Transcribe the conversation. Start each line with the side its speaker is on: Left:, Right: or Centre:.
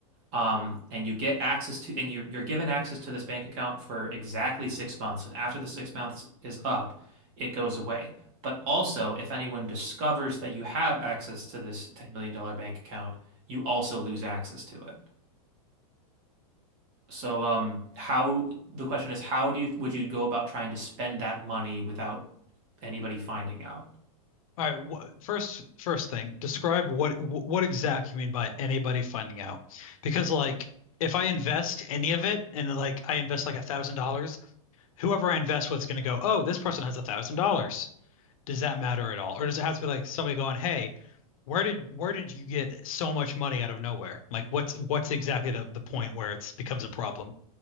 Right: Um, and you get access to, and you're you're given access to this bank account for exactly six months. And after the six months is up, it goes away. But also, if anyone discovers that you have access to this $10 million dollars bank account, you also lose access to it. So, um, how the question is, how do you would you go about trying to spend that money without anybody finding out?
Left: All right, wh first first thing, describe what wh what exactly you mean by anybody finding out. Because like if I invest any of it and like I invest like a thousand dollars, whoever I invest with is gonna go, oh, this person has a thousand dollars. Does that matter at all? Or does it have to be like somebody going, hey, where did where did you get so much money out of nowhere? Like what's what's exactly the, the point where it's becomes a problem?